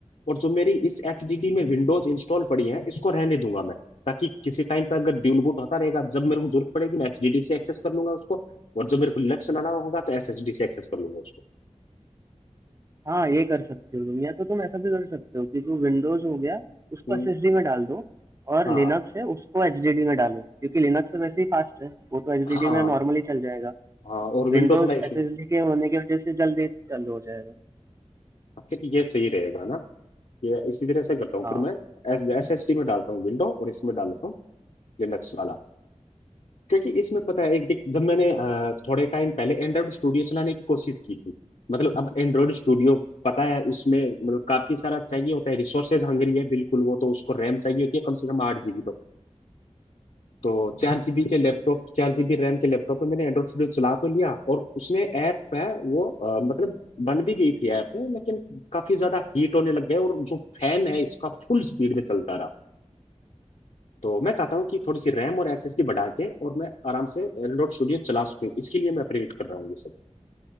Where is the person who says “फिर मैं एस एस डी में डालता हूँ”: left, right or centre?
Left